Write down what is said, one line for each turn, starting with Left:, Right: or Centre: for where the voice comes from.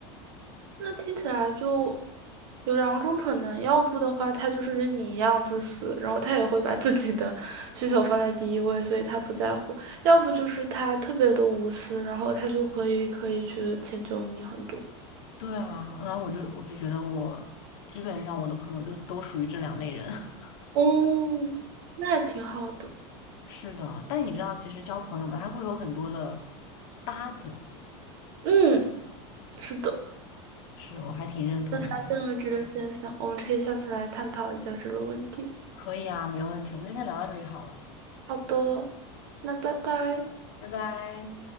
Right: 那听起来就有两种可能，要不的话，他就是跟你一样自私，然后他也会把自己的 <laughs> 需求放在第一位，所以他不在乎；要不就是他特别的无私，然后他就会可以去迁就你很多。
Left: 对啊，然后我就我就觉得我基本上我的朋友就都属于这两类人。<laughs>
Right: 哦，那还挺好的。
Left: 是的，但你知道，其实交朋友嘛，他会有很多的搭子，
Right: 嗯，是的。
Left: 是我还挺认同的。
Right: 那发现了这个现象，我们可以下次来探讨一下这个问题。
Left: 可以啊，没问题，我们就先聊到这里好了，
Right: 好的，那拜拜。
Left: 拜拜。